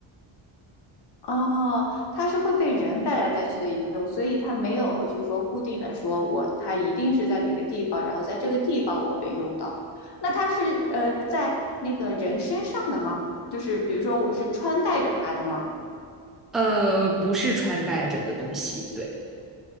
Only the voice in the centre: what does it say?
呃，不是穿戴着的东西，对，